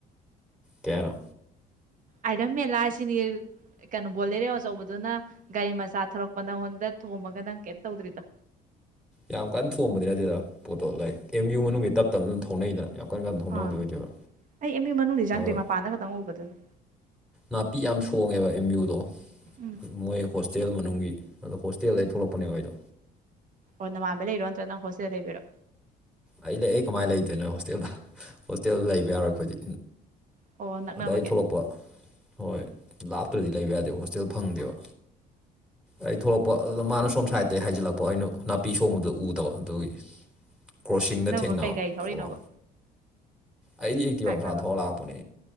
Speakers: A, in the centre; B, on the right.
A: ꯇꯔꯣ
B: ꯑꯗꯝꯝ ꯂꯁꯤꯅꯤ ꯀꯩꯅꯣ ꯕꯣꯜ ꯂꯩꯔꯦ ꯑꯆꯧꯕꯗꯨꯅ ꯒꯥꯔꯤ ꯃꯆꯥ ꯊꯧꯔꯛꯄ ꯅꯪꯉꯣꯟꯗ ꯊꯣꯝꯃꯒ ꯅꯪ ꯀꯩꯝ ꯇꯧꯗ꯭ꯔꯤꯗꯣ
A: ꯌꯥꯝ ꯀꯟꯅ ꯊꯣꯡꯝꯕꯅꯤꯅ ꯑꯗꯨꯗ ꯄꯣꯠꯇꯣ ꯂꯥꯏꯔꯤꯛ ꯑꯦꯝ ꯌꯨ ꯃꯅꯨꯡꯒꯤ ꯇꯞ ꯇꯞꯅ ꯑꯗꯨꯝ ꯊꯧꯅꯩꯗꯅ ꯌꯥꯝ ꯀꯟꯅ ꯀꯟꯅ ꯊꯧꯅꯕꯗꯤ
B: ꯑꯥ
A: ꯑꯣꯏꯗꯦꯕ
B: ꯑꯩ ꯑꯦꯝꯃꯤ ꯃꯅꯨꯡꯗꯗꯤ ꯆꯪꯗꯣꯏ
A: ꯑꯗꯣ
B: ꯃꯄꯥꯟꯗ ꯈꯛꯇꯪ ꯎꯕꯗꯨꯅꯤ
A: ꯅꯥꯄꯤ ꯌꯥꯝ ꯁꯣꯡꯉꯦꯕ ꯑꯦꯝ ꯌꯨꯗꯣ
B: ꯎꯝ
A: ꯃꯣꯏ ꯍꯣꯁꯇꯦꯜ ꯃꯅꯨꯡꯒꯤ ꯑꯗꯣ ꯍꯣꯁꯇꯦꯜꯗ ꯑꯩ ꯊꯣꯛꯂꯛꯄꯅꯦ ꯑꯩꯣꯏꯗꯣ
B: ꯑꯣ ꯃꯥꯦ ꯂꯩ ꯏꯔꯣꯟ ꯅꯪ ꯍꯣꯁꯗ ꯂꯩꯕꯕꯤꯔꯣ
A: ꯑ ꯂꯩ ꯑꯩ ꯀꯃꯥꯏ ꯂꯩꯗ ꯍꯣꯁꯇꯦꯜꯗ ꯍꯣꯁꯇꯦꯜ ꯂꯩꯕ ꯌꯥꯔꯣꯏ ꯑꯩꯈꯣꯏꯗꯤ
B: ꯑꯣ ꯅꯛꯅꯕꯒꯤ
A: ꯑꯗꯨꯗꯏ ꯊꯣꯛꯂꯛꯄ ꯍꯣꯏ ꯂꯥꯞꯇ꯭ꯔꯗꯤ ꯂꯩꯕ ꯌꯥꯗꯦ ꯍꯣꯁꯇꯦꯜ ꯐꯪꯗꯦꯕ ꯑꯩ ꯊꯣꯛꯂꯛꯄ ꯑꯗꯨꯗ ꯃꯥꯅ ꯁꯣꯝ ꯁꯥꯏꯗꯇꯩꯒꯤ ꯍꯖꯤꯜꯂꯛꯄ ꯑꯩꯅ ꯅꯥꯄꯤ ꯁꯣꯡꯕꯗ ꯎꯗꯕ ꯑꯗꯨꯒꯤ <unintelligible> <inaudible>
B: ꯅꯪꯃ
A: ꯊꯦꯡꯅꯕ
B: ꯀꯩ ꯀꯔꯤ ꯊꯧꯔꯛꯏꯅꯣꯕ
A: ꯄꯣꯠꯂꯣ ꯑꯩꯗꯤ ꯌꯦꯛꯇꯤꯕ
B: ꯕꯥꯏꯛꯂꯕ
A: ꯃꯆꯥ ꯊꯣꯡꯍ ꯂꯥꯛꯄꯅꯦ